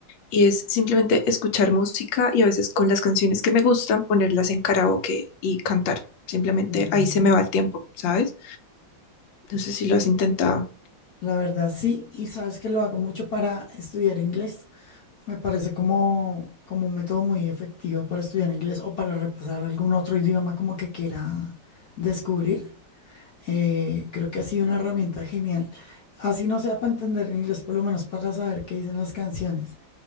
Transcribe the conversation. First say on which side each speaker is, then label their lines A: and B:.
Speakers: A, on the left; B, on the left.
A: Y es simplemente escuchar música y a veces con las canciones que me gustan ponerlas en karaoke y cantar. Simplemente
B: ujú.
A: ahí se me va el tiempo, ¿sabes? No sé si lo has intentado.
B: La verdad sí, y sabes que lo hago mucho para estudiar inglés. Me parece como, como un método muy efectivo para estudiar inglés o para repasar algún otro idioma como que quiera descubrir. Eh, creo que ha sido una herramienta genial. Así no sea para entender inglés, por lo menos para saber qué dicen las canciones.